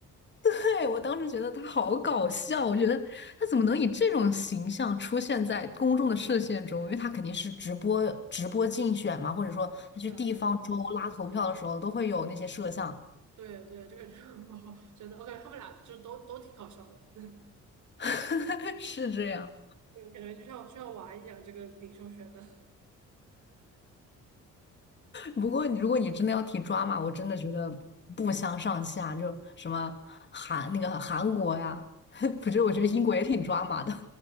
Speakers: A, on the left; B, on the right.
A: 对，我当时觉得他好搞笑，我觉得他怎么能以这种形象出现在公众的视线中？因为他肯定是直播直播竞选嘛，或者说他去地方州拉投票的时候都会有那些摄像，
B: 对啊，对啊。对对，这个就 <laughs> 真的，我感觉他们俩就都都挺好笑的，<laughs> 对
A: <laughs> 是这样。
B: 感觉就像就像玩一样，这个领袖学的。<laughs>
A: 不过你如果你真的要提抓马，我真的觉得不相上下，就什么韩那个韩国呀，<laughs> 不是，我觉得英国也挺抓马的。